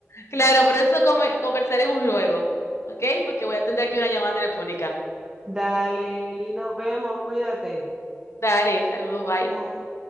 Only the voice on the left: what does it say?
claro, pero eso come- conversaremos luego, ¿ok? Porque voy a atender aquí una llamada telefónica.
Dale, saludos, bye.